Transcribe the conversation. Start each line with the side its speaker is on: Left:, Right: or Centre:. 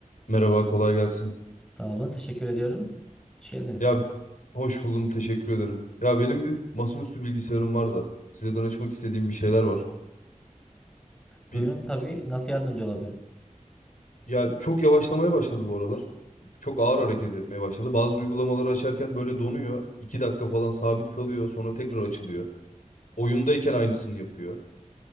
Left: Merhaba, kolay gelsin.
Centre: Sağ olun. Teşekkür ediyorum. Hoş geldiniz.
Left: Ya hoş buldum, teşekkür ederim. Ya benim bir masaüstü bilgisayarım var da size danışmak istediğim bir şeyler var.
Centre: Buyurun
Left: Bir
Centre: tabii. Nasıl yardımcı olabilirim?
Left: ya çok yavaşlamaya başladı bu aralar. Çok ağır hareket etmeye başladı. Bazı uygulamaları açarken böyle donuyor. iki dakika falan sabit kalıyor, sonra tekrar açılıyor. Oyundayken aynısını yapıyor.